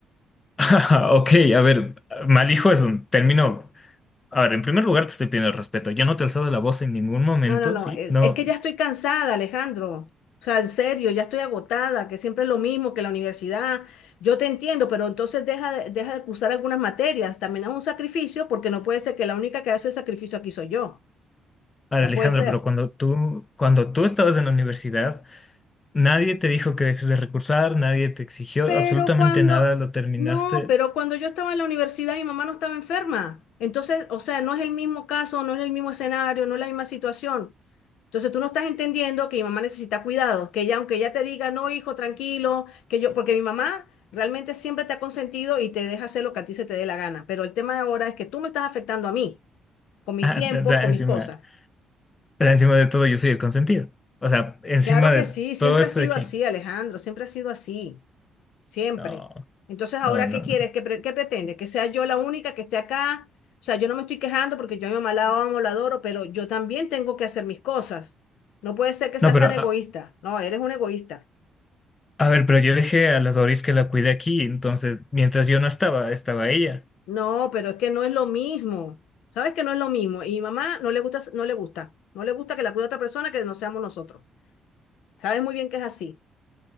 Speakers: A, on the left; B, on the left.
A: <laughs> ok, a ver, mal hijo es un término. A ver, en primer lugar te estoy pidiendo respeto. Yo no te he alzado la voz en ningún momento,
B: No, no, no,
A: ¿sí?
B: eh,
A: No,
B: es que ya estoy cansada, Alejandro. O sea, en serio, ya estoy agotada, que siempre es lo mismo que la universidad. Yo te entiendo, pero entonces deja de, deja de cursar algunas materias. También es un sacrificio porque no puede ser que la única que hace el sacrificio aquí soy yo.
A: a ver,
B: No
A: Alejandra,
B: puede ser.
A: pero cuando tú, cuando tú estabas en la universidad, nadie te dijo que dejes de recursar, nadie te exigió
B: Pero
A: absolutamente
B: cuando,
A: nada, lo terminaste.
B: no, pero cuando yo estaba en la universidad, mi mamá no estaba enferma. Entonces, o sea, no es el mismo caso, no es el mismo escenario, no es la misma situación. Entonces, tú no estás entendiendo que mi mamá necesita cuidados, que ella, aunque ella te diga, no, hijo, tranquilo, que yo, porque mi mamá realmente siempre te ha consentido y te deja hacer lo que a ti se te dé la gana. Pero el tema de ahora es que tú me estás afectando a mí, con mis
A: <laughs>
B: tiempos,
A: O sea,
B: con
A: encima.
B: mis cosas.
A: Pero encima de todo, yo soy el consentido. O sea, encima
B: Claro que
A: de
B: sí, siempre
A: todo esto
B: ha sido
A: de que...
B: así, Alejandro, siempre ha sido así. Siempre.
A: No,
B: Entonces, ¿ahora
A: no, no,
B: qué quieres?
A: no.
B: ¿Qué, pre- qué pretendes? ¿Que sea yo la única que esté acá? O sea, yo no me estoy quejando porque yo a mi mamá la amo, la adoro, pero yo también tengo que hacer mis cosas. No puede ser que seas
A: No, pero
B: tan egoísta.
A: a,
B: No, eres un egoísta.
A: a ver, pero yo dejé a la Doris que la cuide aquí, entonces mientras yo no estaba, estaba ella.
B: No, pero es que no es lo mismo. ¿Sabes que no es lo mismo? Y mi mamá no le gusta, no le gusta. No le gusta que la cuide otra persona que no seamos nosotros. Sabes muy bien que es así.